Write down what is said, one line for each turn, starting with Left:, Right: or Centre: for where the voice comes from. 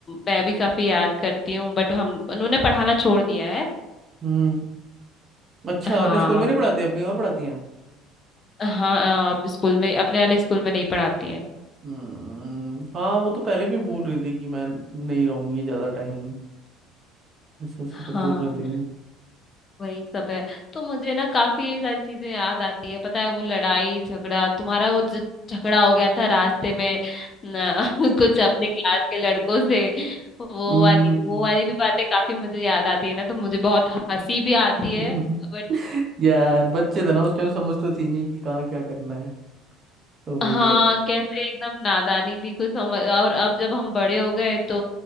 Left: मैं भी काफी याद करती हूँ बट हम उन्होंने पढ़ाना छोड़ दिया है
Right: हम्म अच्छा
Left: हाँ
Right: आपने स्कूल में नहीं पढ़ाती आप कहीं और पढ़ाती हैं
Left: हाँ अब स्कूल में अपने वाले स्कूल में नहीं पढ़ाती हैं
Right: हम्म हाँ वो तो पहले भी बोल रही थी कि मैं नहीं रहूंगी ज्यादा टाइम ऐसा ऐसा
Left: हाँ
Right: तो बोल रहे थे
Left: वही सब है तो मुझे ना काफी ये सारी चीजें याद आती है पता है वो लड़ाई झगड़ा तुम्हारा वो जो झगड़ा हो गया था रास्ते में ना, <laughs> कुछ अपने क्लास के लड़कों से वो
Right: हम्म।
Left: वाली वो वाली भी बातें काफी मुझे याद आती है ना तो मुझे बहुत हंसी भी आती
Right: <laughs>
Left: है बट
Right: यार बच्चे थे ना उस टाइम समझ तो थी नहीं कि कहाँ क्या करना है तो वही
Left: हाँ
Right: है
Left: कैसे एकदम नादानी थी कुछ समझ और अब जब हम बड़े हो गए तो